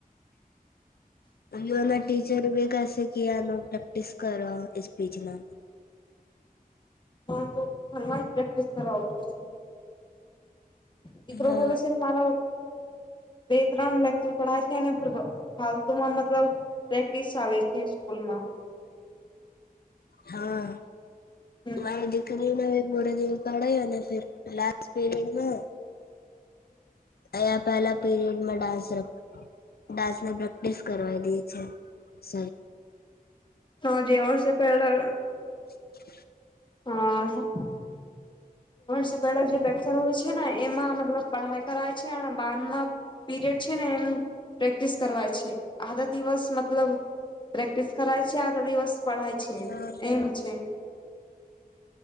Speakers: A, on the left; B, on the left.
A: યુવાના ટીચર બી કહેસે કે આનો પ્રેક્ટિસ કરો સ્પીચના
B: હ તો ઘરમાં પ્રેક્ટિસ કરાવ છું દીકરો
A: હા
B: બોલે છે. મા બે ત્રણ લેક્ચર પઢ છે ફ ફાલ તું મતલબ પ્રેક્ટિસ ચાલે છે સ્કૂલમાં
A: હા
B: હમ
A: મારી દીકરી ન પૂરે દન પડે અને ફ લ પીરિયડમાં અયા પહેલા પીરિયડમાં ડાન્સ રખો ડાન્સ ને પ્રેક્ટિસ કરવા દે છે. સ
B: હા જેવણ સફડા
A: હ
B: હા સપલા જેેક્ર હોય છે ને એમાં મતલબ પઢાઈ કરાય છે. અને બારમાં પીરિયડ છે ને એમ પ્રેક્ટિસ કરવા છે. આધા દિવસ મતલબ પ્રેક્ટિસ કરાય છે આ તો દિવસ પઢાય છે,
A: હા
B: એમ છે.